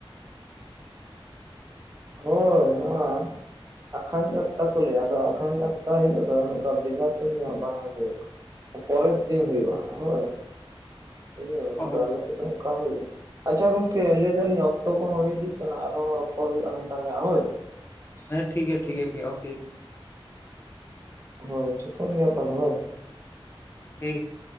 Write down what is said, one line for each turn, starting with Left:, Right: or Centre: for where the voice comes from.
Right: ᱦᱳᱭ, ᱱᱚᱣᱟ ᱟᱠᱷᱟᱱ ᱡᱟᱛᱛᱟ ᱠᱚ ᱞᱟᱹᱭᱟ, ᱟᱫᱚ ᱟᱠᱷᱟᱱ ᱡᱛᱛᱟ ᱦᱤᱞᱳᱜ ᱫᱚ ᱱᱚᱝᱠᱟ ᱵᱮᱡᱷᱟ ᱛᱩᱧ ᱫᱚ ᱦᱟᱜ ᱵᱟᱝ ᱦᱩᱭᱩᱜᱼᱟ᱾ ᱯᱚᱨᱮᱨ ᱫᱤᱱ ᱦᱩᱭᱩᱜᱼᱟ ᱦᱳᱭ, ᱵᱩᱡᱷᱟᱹᱣ
Left: ᱚ
Right: ᱟᱫᱚ ᱟᱞᱮ ᱥᱮᱫ ᱚᱱᱠᱟ ᱦᱩᱭᱩᱜᱼᱟ, ᱟᱪᱪᱷᱟ ᱜᱚᱝᱠᱮ ᱞᱟᱹᱭ ᱮᱟᱞᱤᱧ ᱚᱠᱛᱚ ᱠᱚᱦᱚᱸ ᱦᱩᱭ ᱤᱫᱤᱜ ᱠᱟᱱᱟ, ᱟᱨᱦᱚᱸ ᱨᱚᱯᱚᱲ ᱦᱩᱭᱩᱜᱼᱟ ᱱᱚᱝᱠᱟ ᱦᱳᱭ,
Left: ᱦᱮᱸ ᱴᱷᱤᱠ ᱜᱮᱭᱟ, ᱴᱷᱤᱠ ᱜᱮᱭᱟ ᱠᱤ ᱚᱠᱮ᱾
Right: ᱦᱳᱭ, ᱴᱷᱤᱠᱟᱹᱱ ᱜᱮᱭᱟ ᱛᱟᱦᱚᱞᱮ ᱦᱚᱭ᱾
Left: ᱦᱤ